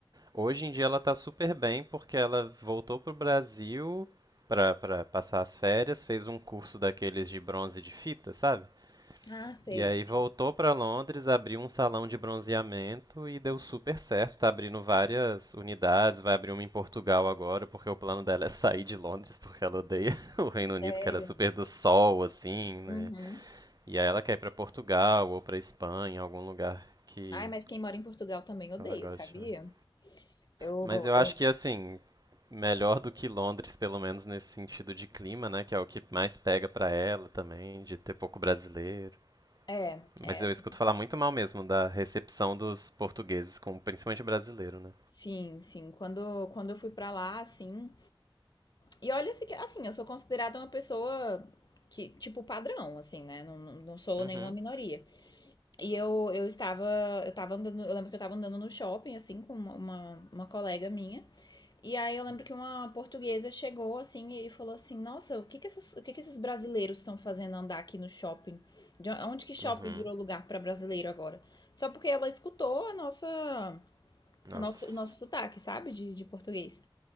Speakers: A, on the right; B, on the left.
A: Hoje em dia ela tá super bem porque ela voltou pro Brasil pra, pra passar as férias, fez um curso daqueles de bronze de fita, sabe?
B: Ah, sei,
A: E aí
B: sei.
A: voltou pra Londres, abriu um salão de bronzeamento e deu super certo. Tá abrindo várias unidades, vai abrir uma em Portugal agora, porque o plano dela é sair de Londres, porque ela odeia <laughs> o Reino Unido,
B: Sério.
A: que ela é super do sol, assim, né?
B: Uhum.
A: E aí ela quer ir pra Portugal ou pra Espanha, algum lugar que
B: Ai, mas quem mora em Portugal também odeia,
A: ela goste
B: sabia?
A: mais.
B: Eu,
A: Mas eu
B: eu-
A: acho que assim, melhor do que Londres, pelo menos nesse sentido de clima, né, que é o que mais pega pra ela também, de ter pouco brasileiro.
B: É, é
A: Mas eu
B: assim.
A: escuto falar muito mal mesmo da recepção dos portugueses com principalmente brasileiro, né?
B: Sim, sim. Quando, quando eu fui pra lá, assim. E olha, assim, que- assim, eu sou considerada uma pessoa que, tipo, padrão, assim, né? Não, não não sou
A: Uhum.
B: nenhuma minoria. E eu, eu estava, eu tava andando, eu lembro que eu tava andando no shopping, assim, com uma, uma uma colega minha. E aí eu lembro que uma portuguesa chegou assim e falou assim: Nossa, o que que esses, o que que esses brasileiros estão fazendo andar aqui no shopping? De on- onde que shopping
A: Uhum.
B: virou lugar para brasileiro agora? Só porque ela escutou a nossa,
A: Nossa.
B: a nossa, o nosso sotaque, sabe? De, de português.